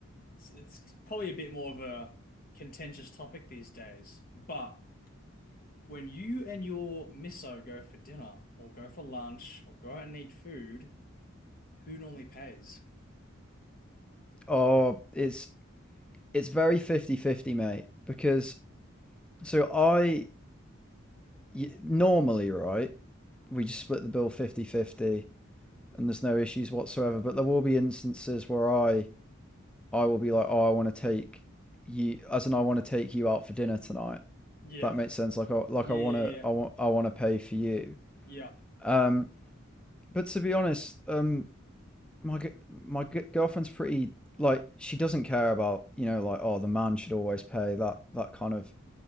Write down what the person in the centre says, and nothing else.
Oh, it's it's very fifty fifty, mate, because so I y- normally, right, we just split the bill fifty fifty, and there's no issues whatsoever, but there will be instances where I I will be like, "Oh, I want to take you as in I want to take you out for dinner tonight."
If that makes sense. Like I like
I want
to
I want I want to pay for you.
Um but to be honest, um my my girlfriend's pretty like she doesn't care about you know like oh the man should always pay that that kind of